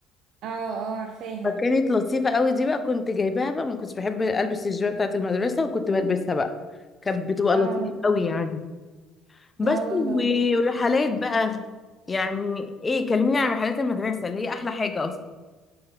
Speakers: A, on the right (about 65°); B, on the left (about 25°).
A: اه اه عارفاها
B: فكانت لطيفة قوي دي بقى كنت جايباها بقى ما كنتش بحب البس الجيبة بتاعة المدرسة وكنت بلبسها بقى كانت بتبقى
A: اه
B: لطيفة قوي يعني بس
A: لا والله
B: و- والرحلات بقى يعني ايه كلميني عن رحلات المدرسة اللي هي احلى حاجة اصلا